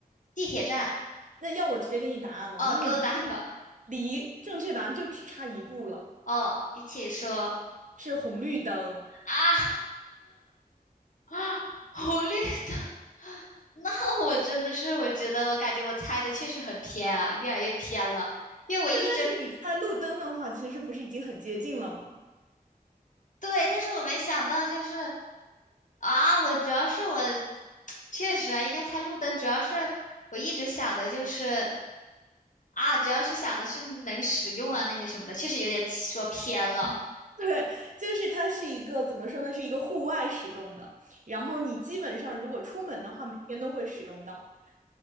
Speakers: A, on the left; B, on the right.
A: 地铁站，
B: 那要我直接给你答案吗？
A: 哦，
B: 因为你其实
A: 给我答案吧，
B: 离正确答案就只差一步了。
A: 哦，机器说
B: 是红绿灯。
A: 啊啊，红绿灯，<laughs> 那我真的是，我觉得我感觉我猜的确实很偏啊，越来越偏了，因为我一直
B: 对，但是你猜路灯的话，其实不是已经很接近了吗？
A: 对，但是我没想到就是啊，我主要是我确实啊，应该猜路灯，主要是我一直想的就是啊，主要是想的是能使用啊那些什么的，确实有点说偏了。
B: <laughs> 对，就是它是一个怎么说呢，是一个户外使用的。然后你基本上如果出门的话，每天都会使用到。